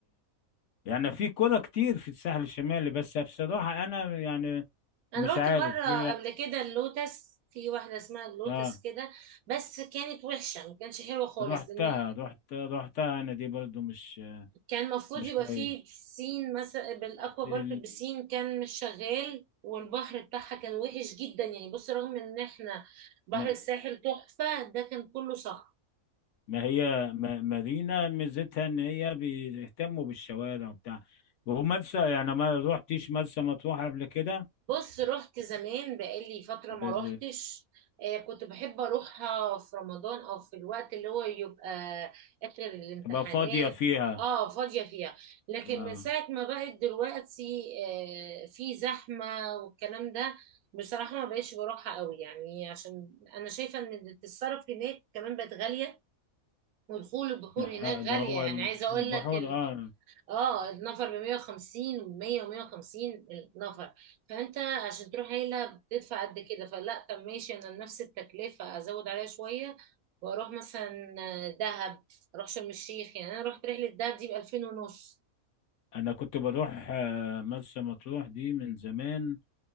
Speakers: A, on the left; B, on the right.
A: يعني في كرة كتير في الساحل الشمالي بس بصراحة أنا يعني
B: انا
A: مش
B: رحت
A: عارف
B: مره
A: في
B: قبل كده اللوتس في واحده اسمها اللوتس
A: اه
B: كده بس كانت وحشه ما كانش حلوه خالص
A: رحتها
B: لان
A: رحت رحتها أنا دي برضو مش
B: كان المفروض
A: مش
B: يبقى
A: كويس
B: فيه بسين مثلا بالاكوا بارك
A: ال-
B: البسين كان مش شغال والبحر بتاعها كان وحش جدا يعني بص رغم ان احنا بحر
A: ما,
B: الساحل تحفه ده كان كله صخر
A: ما هي ما مارينا ميزتها إن هي بيهتموا بالشوارع وبتاع ومرسى يعني ما رحتيش مرسى مطروح قبل كده
B: بص رحت زمان بقالي فترة
A: ب-
B: ما روحتش
A: ب-
B: آه، كنت بحب أروحها في رمضان أو في الوقت اللي هو يبقى آخر الامتحانات
A: تبقى فاضية فيها
B: اه فاضية فيها لكن
A: آه.
B: من ساعة ما بقت دلوقتي آه في زحمة والكلام ده بصراحة ما بقيتش بروحها قوي يعني عشان أنا شايفة إن التصرف هناك كمان بقت غالية ودخول البحور
A: لا،
B: هناك
A: آه، ده
B: غالية
A: هو
B: يعني
A: ال-
B: عايزة أقول
A: البحور
B: لك
A: اه
B: اه النفر ب 150 و100 و150 النفر فانت عشان تروح عيله بتدفع قد كده فلا طب ماشي انا نفس التكلفه ازود عليها شويه واروح مثلا دهب اروح شرم الشيخ يعني انا رحت رحله دهب دي ب 2000 ونص
A: انا كنت بروح آه، مرسى مطروح دي من زمان